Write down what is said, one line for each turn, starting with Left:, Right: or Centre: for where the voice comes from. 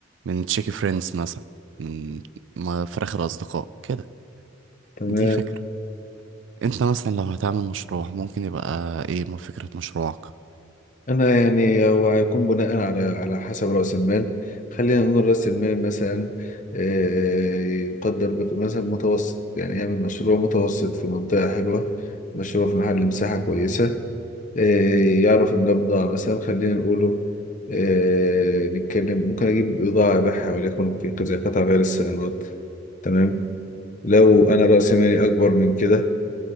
Right: من تشيكي فريندز مثلا من م- فراخ الاصدقاء كده
Left: تمام
Right: دي فكره انت مثلا لو هتعمل مشروع ممكن يبقى ايه ما فكره مشروعك
Left: انا يعني هو هيكون بناء على على حسب راس المال خلينا نقول راس المال مثلا آه، يقدر بق- مثلا متوسط يعني يعمل مشروع متوسط في منطقه حلوه مشروع في محل مساحه كويسه آه، يعرف المبضع مثلا خلينا نقوله آه، نتكلم ممكن أجيب بضاعة أبيعها وليكن في كذا قطع غير السيارات تمام لو أنا رأس مالي أكبر من كده